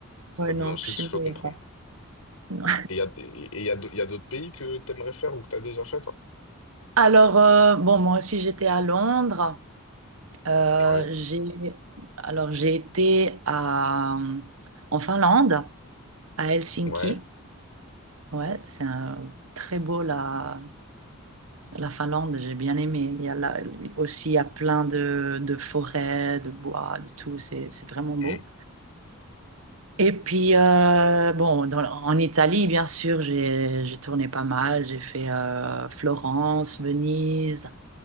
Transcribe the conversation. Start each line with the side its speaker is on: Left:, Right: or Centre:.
Left: Si
Right: Ouais,
Left: t'habites
Right: non,
Left: dans le sud,
Right: chez
Left: je
Right: nous,
Left: peux comprendre.
Right: il n'y a pas. Non.
Left: Et il y a, et il y a, d'au- il y a d'autres pays que t'aimerais faire ou que t'as déjà fait, toi?
Right: Alors, euh, bon, moi aussi, j'étais à Londres. Euh,
Left: Ouais,
Right: j'ai, alors, j'ai été à, en Finlande, à Helsinki.
Left: ouais,
Right: Ouais, c'est un- très beau, la, la Finlande, j'ai bien aimé. Il y a là, aussi, il y a plein de, de forêts, de bois, de tout. C'est, c'est vraiment beau.
Left: hmm,
Right: Et puis, euh, bon, dans- en Italie, bien sûr, j'ai, j'ai tourné pas mal. J'ai fait euh, Florence, Venise,